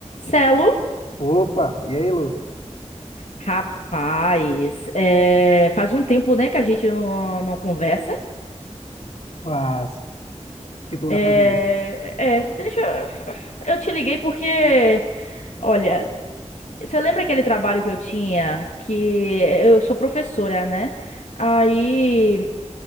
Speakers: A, on the left; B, on the left.
A: Celo,
B: Opa, e aí, Lu?
A: rapaz, é, faz um tempo, né, que a gente não, não conversa.
B: Faz. O que tu anda
A: É,
B: fazendo?
A: é, deixa eu, eu te liguei porque, olha, você lembra aquele trabalho que eu tinha que eu sou professora, né? Aí